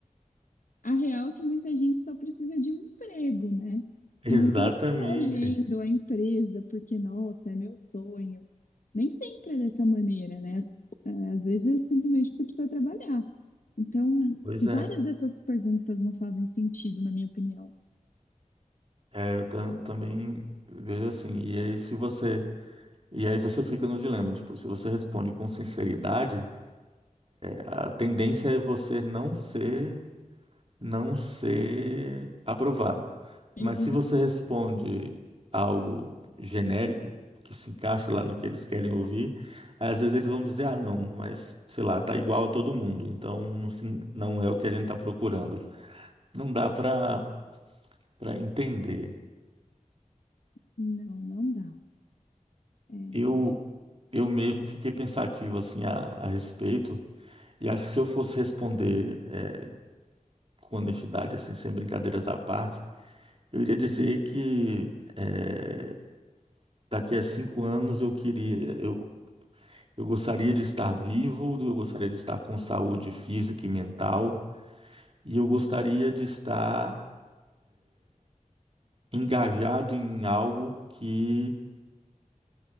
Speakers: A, on the left; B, on the right.
A: A real é que muita gente só precisa de um emprego, né?
B: exatamente.
A: E não tá escolhendo a empresa porque, nossa, é meu sonho. Nem sempre é dessa maneira, né? Às vezes é simplesmente porque precisa trabalhar. Então,
B: Pois é.
A: várias dessas perguntas não fazem sentido, na minha opinião.
B: É, eu tam- também vejo assim. E aí se você E aí você fica no dilema, tipo, se você responde com sinceridade, a tendência é você não ser não ser aprovado.
A: <laughs> Exato.
B: Mas se você responde algo genérico, que se encaixa lá no que eles querem ouvir, às vezes eles vão dizer, ah, não, mas sei lá, tá igual a todo mundo, então não, se- não é o que a gente está procurando. Não dá para para entender.
A: Não, não dá. É,
B: Eu eu mesmo fiquei pensativo assim a, a respeito e acho que se eu fosse responder eh, com honestidade, assim, sem brincadeiras à parte, eu iria dizer que eh, daqui a cinco anos eu queria, eu, eu gostaria de estar vivo, eu gostaria de estar com saúde física e mental, e eu gostaria de estar engajado em algo que